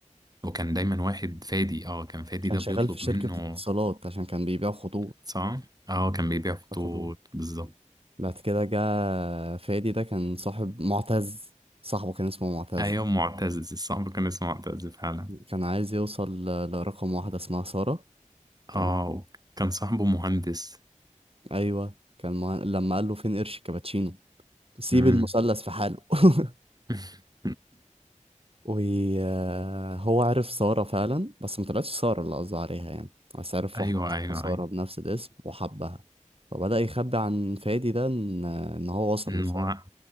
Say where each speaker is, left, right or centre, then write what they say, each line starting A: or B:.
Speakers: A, on the right; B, on the right.
A: وكان دايما واحد فادي اه كان فادي
B: كان
A: ده
B: شغال
A: بيطلب
B: في شركة
A: منه
B: اتصالات عشان كان بيبيع خطوط
A: صح؟ اه كان بيبيع خطوط
B: خطوط
A: بالظبط
B: بعد كده جه فادي ده كان صاحب معتز صاحبه كان اسمه معتز
A: ايوه معتز الصعب كان اسمه معتز فعلا
B: كان عايز يوصل ل- لرقم واحدة اسمها سارة تمام
A: اه كان صاحبه مهندس
B: أيوة كان مع... لما قال له فين قرش كابتشينو سيب
A: مم.
B: المثلث في حاله <laughs>
A: <laughs>
B: وهو عرف سارة فعلا بس ما طلعتش سارة اللي قصده عليها يعني بس عرف
A: ايوه
B: واحدة اسمها
A: ايوه
B: سارة
A: ايوه
B: بنفس الاسم وحبها فبدأ يخبي عن فادي ده إن إن هو وصل
A: أمم،
B: لسارة
A: هو